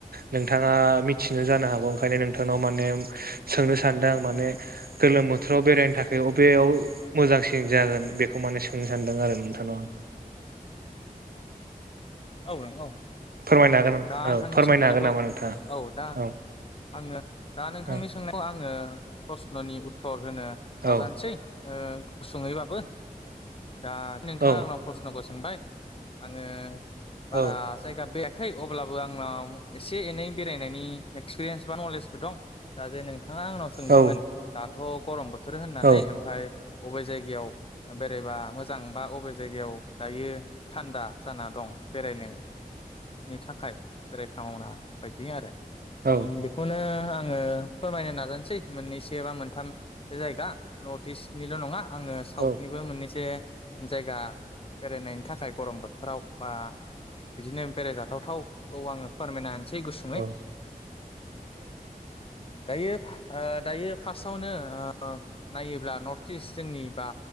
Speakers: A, on the right; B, on the left.
A: नोंथाङा मिथियो जानो हागौ ओंखायनो नोंथांनाव माने सोंनो सानदों आं माने। गोलोम बोथोराव बेरायनो थाखाय अबेयाव मोजांसिन जागोन बेखौ माने सोंनो सानदों आरो नोंथां। <unintelligible>
B: औ नों औ
A: फोरमायनो हागोन नामा?
B: दा नोंथांनि
A: औ फोरमायनो
B: सोंनायखौ
A: हागोन नामा नोंथाङा
B: औ दा
A: औ
B: आङो दा नोंथांनि
A: औ
B: सोंनायखौ आङो प्रस्न'नि उत्तर होनो नाजानोसै
A: औ
B: ओ गुसुङैबाबो दा नोंथाङा
A: औ
B: आंनाव प्रसन'खौ सोंबाय आङो बारा
A: औ
B: जायगा बे खै अब्लाबो आंनाव एसे-एनै बेरायनायनि एक्सपिरियेन्स बा नलेजबो दं दा जे नोंथां नोंथाङा आंनाव सोंदोंमोन
A: औ
B: दाथ' गरम बोथोर होननानै
A: औ
B: ओमफ्राय अबे जायगा याव बेरायबा मोजां बा अबे जायगायाव दायो थान्दा जाना दं। बेरायनायनो नि थाखाय बेरायथावना बायदि आरो ओम
A: औ
B: बेखौनो आङो फोरमायनो नाजानोसै मोननैसो बा मोनथाम जायगा नर्थ इस्ट निल' नङा आङो साउथनिबो
A: औ
B: मोननैसो जायगा बेरायनायनि थाखाय गरम बोथोराव बा बिदिनो बेरायजाथावथाव खौ आङो फोरमायना होनोसै गुसुङै
A: औ औ
B: दायो ओ दायो फार्स्टआवनो ओ अ नायोब्ला नर्थ इस्ट जोंनिबा